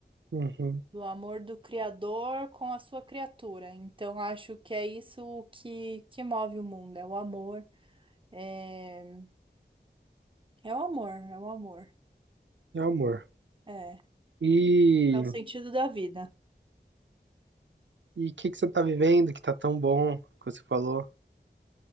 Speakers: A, on the right; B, on the right.
A: Uhum.
B: Do amor do Criador com a sua criatura. Então, acho que é isso que, que move o mundo, é o amor. É, é o amor, é o amor.
A: É amor.
B: É,
A: E
B: é o sentido da vida.
A: e o que que você tá vivendo que tá tão bom que você falou?